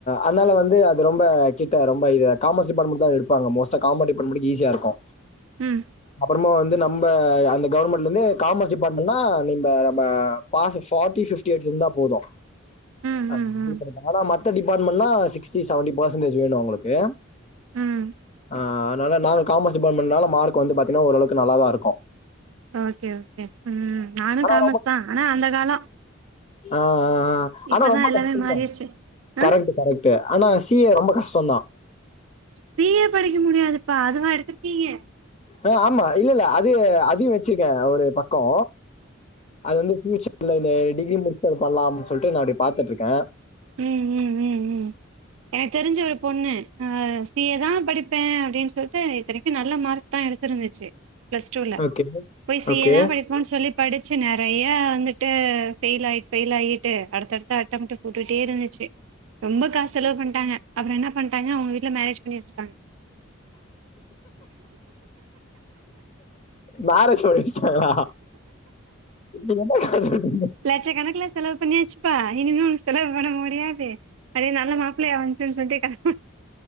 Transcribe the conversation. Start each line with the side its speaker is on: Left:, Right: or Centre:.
Left: அதனால வந்து அது ரொம்ப கிட்ட ரொம்ப இது காமர்ஸ் டிபார்ட்மெண்ட்டு தா அத எடுப்பாங்க மோஸ்டா காமெர்ஸ் டிபார்ட்மெண்ட்டுக்கு ஈஸியா இருக்கு
Right: ம்
Left: அப்றோமா வந்து நம்ப அந்த கவர்மெண்ட்ல இருந்து காமர்ஸ் டிபார்ட்மெண்ட்னா நம நம்ப பாஸு ஃபார்டி பிப்டி எடுத்து இருந்தா போது <inaudible>
Right: ம் ம் ம்
Left: மத்த டிபார்ட்மெண்ட்னா சிக்டி சவன்டி பேசன்டேஜ் வேணு அவுங்களுக்கு
Right: ம்
Left: ஆ அதுனால நாங்க காமர்ஸ் டிபார்ட்மெண்ட்னால மார்க் வந்து பாத்தீங்கன்னா ஓரளவுக்கு நல்லாதா இருக்கு
Right: ஓகே ஓகே ம் நானு காமஸ்
Left: ஆனா
Right: தா ஆனா அந்த காலோ
Left: ஆ ஆ ஆ ஆனா
Right: இப்பதா
Left: ரொம்ப
Right: எல்லாமே
Left: கஷ்டம்ல
Right: மாறிருச்சு அ
Left: கரெக்டு கரெக்டு ஆனா சி ஏ ரொம்ப கஷ்டோதா
Right: சி ஏ படிக்க முடியாதுப்பா அதுவா எடுத்துருக்கீங்க
Left: ஆ ஆமா இல்லல்ல அது அதையு வச்சிருக்கே ஒரு பக்கோ அது வந்து ஃப்யூச்சர்ல இந்த டிகிரி முடிச்ச அது பண்ணலாம்னு சொல்லிட்டு நா அப்டி பாத்துட்டு இருக்கே
Right: ம் ம் ம் ம் எனக்கு தெரிஞ்ச ஒரு பொண்ணு ஆ சி ஏ தா படிப்பே அப்டின்னு சொல்லி இத்தனைக்கு நல்ல மார்க் தா எடுத்துருந்துச்சு பிளஸ் டூல
Left: ஓகே
Right: போய் சி
Left: ஓகே
Right: ஏ தா படிப் பே சொல்லி படிச்சு நெறைய வந்துட்டு பெயில் ஆயி பெயில் ஆகிட்டு அடுத்தடு த்த அட்டமடு போட்டுட்டே இருந்துச்சு ரொம்ப காசு செலவு பண்ணிட்டாங்க அப்றோ என்ன பண்ணிட்டாங்க அவங்க வீட்ல மேரேஜ் பண்ணி வச்சுட்டாங்க
Left: நார ஸ்டுடண்ஸ் அதா நீ என்ன காசு <inaudible>
Right: லெச்ச கணக்குல செலவு பண்ணியாச்சுப்பா இனிமே உனக்கு செலவு பண்ண முடியாது அதே நல்லா மாப் புளையா வந்துசுனு சொலிட்டு கல்யாணே